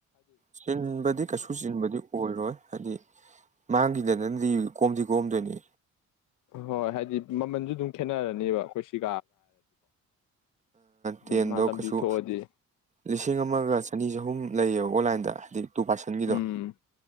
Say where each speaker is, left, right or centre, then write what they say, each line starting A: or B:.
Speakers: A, on the right (about 25°); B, on the left (about 80°).
A: ꯆꯤꯟꯕꯗꯤ ꯀꯩꯁꯨ ꯆꯤꯟꯕꯗꯤ ꯑꯣꯏꯔꯣꯏ ꯍꯥꯏꯗꯤ ꯃꯥꯡꯈꯤꯗ ꯅꯗꯤ ꯀꯣꯝꯗꯤ ꯀꯣꯝꯗꯣꯏꯅꯤ
B: ꯍꯣꯏ ꯍꯥꯏꯗꯤ ꯃꯃꯟꯁꯨ ꯑꯗꯨꯝ ꯈꯦꯠꯅꯔꯅꯦꯕ ꯈꯣꯏꯁꯤ ꯑꯗꯨꯝ
A: ꯇꯦꯟꯗꯣ
B: ꯃꯥ ꯂꯝꯕꯤ
A: ꯀꯩꯁꯨ
B: ꯊꯣꯛꯑꯗꯤ
A: ꯂꯤꯁꯤꯡ ꯑꯃꯒ ꯆꯅꯤ ꯆꯍꯨꯝ ꯂꯩꯌꯦꯕ ꯑꯣꯟꯂꯥꯏꯟꯗ ꯍꯥꯏꯗꯤ ꯇꯨ ꯄꯥꯔꯁꯦꯟꯒꯤꯗꯣ
B: ꯎꯝ